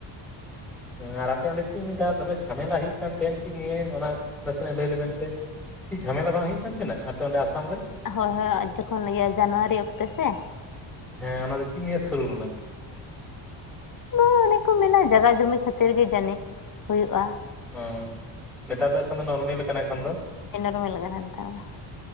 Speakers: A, in the centre; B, on the left.
A: ᱦᱮᱸ ᱟᱨ ᱟᱯᱮ ᱚᱸᱰᱮ ᱪᱤᱫ ᱞᱮᱠᱟ ᱫᱚᱢᱮ ᱡᱷᱟᱢᱮᱞᱟ ᱦᱩᱭᱩᱜ ᱠᱟᱱ ᱛᱟᱦᱮᱸᱱ ᱪᱮᱫ ᱱᱤᱭᱟ. ᱚᱱᱟ ᱱᱟᱥᱮᱱᱟᱜ ᱞᱟᱹᱭ ᱞᱮᱵᱮᱱ ᱥᱮ ᱪᱤᱫ ᱡᱷᱟᱢᱮᱞᱟ ᱵᱟᱝ ᱦᱩᱭᱩᱜ ᱠᱟᱱ ᱛᱟᱦᱮᱱᱟ ᱟᱯᱮ ᱚᱸᱰᱮ ᱟᱥᱟᱢ ᱨᱮ
B: ᱦᱳᱭ ᱦᱳᱭ ᱡᱚᱠᱷᱚᱱ ᱤᱭᱟᱹ ᱡᱟᱱᱩᱣᱟᱨᱤ ᱚᱠᱛᱮ ᱥᱮ
A: ᱦᱮᱸ ᱚᱱᱟ ᱫᱚ ᱪᱤᱫ ᱱᱤᱭᱟᱹ ᱥᱩᱨᱩ ᱞᱮᱱᱟ
B: ᱚᱱᱮ ᱠᱚ ᱢᱮᱱᱟ ᱡᱟᱭᱜᱟ ᱡᱩᱢᱤ ᱠᱷᱟᱹᱛᱤᱨ ᱜᱮ ᱡᱟᱹᱱᱤᱡ ᱦᱩᱭᱩᱜᱼᱟ
A: ᱦᱚᱸ ᱱᱮᱛᱟᱨ ᱫᱚ ᱮᱠᱷᱚᱱ ᱫᱚ ᱱᱚᱨᱢᱮᱞ ᱠᱟᱱᱟ ᱮᱠᱷᱚᱱ ᱫᱚ
B: ᱤᱱᱟᱹ ᱨᱤᱢᱤᱠ ᱟᱠᱟᱱᱟ ᱱᱚᱛᱮ ᱫᱚ